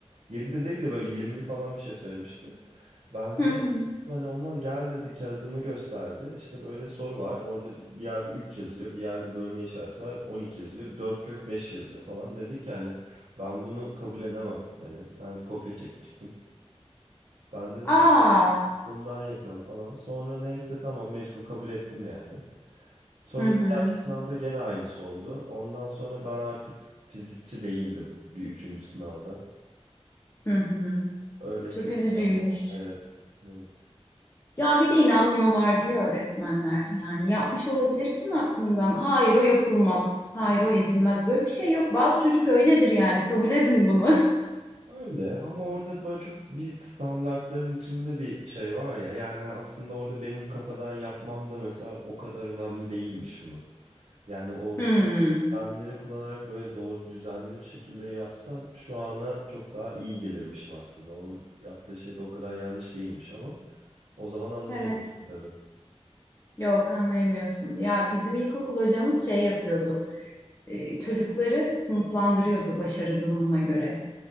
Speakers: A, on the right; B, on the left.
A: 7'de değil de böyle 20'li falan bir şey söylemişti. Ben
B: Hı
A: de
B: hı.
A: gittim hani olmaz gel dedi kağıdımı gösterdi. İşte böyle soru var. Orada bir bir yerde 3 yazıyor. Bir yerde bölme işareti var. 12 yazıyor. 4 kök 5 yazıyor falan. Dedi ki hani ben bunu kabul edemem. Hani sen kopya çekmişsin. Ben de
B: Aa.
A: dedim aklımdan yapıyorum falan. Sonra neyse tamam mecbur kabul ettim yani. Sonra
B: Hı hı.
A: bir dahaki sınavda gene aynısı oldu. Ondan sonra ben artık fizikçi değildim bir üçüncü sınavda.
B: Hı hı.
A: Öyle
B: Çok
A: kötü
B: üzücüymüş.
A: bir an oldu. Evet, evet.
B: Ya bir de inanmıyorlar diye öğretmenler. Yani yapmış olabilirsin aklımdan. Hayır o yapılmaz. Hayır o edilmez. Böyle bir şey yok. Bazı çocuk öyledir yani. Kabul edin bunu. <laughs>
A: Öyle ama orada böyle çok bir standartların içinde bir şey var ya. Yani aslında orada benim kafadan yapmam da mesela o kadar önemli değilmiş bunu. Yani o
B: Hmm.
A: Sistemleri kullanarak böyle doğru düzenli bir şekilde yapsam şu ana çok daha iyi gelirmişim aslında. Onun yaptığı şey de o kadar yanlış değilmiş ama o zaman anlayamıyorsun
B: Evet.
A: tabii.
B: Yok anlayamıyorsun. Ya bizim ilkokul hocamız şey yapıyordu. e, çocukları sınıflandırıyordu başarı durumuna göre.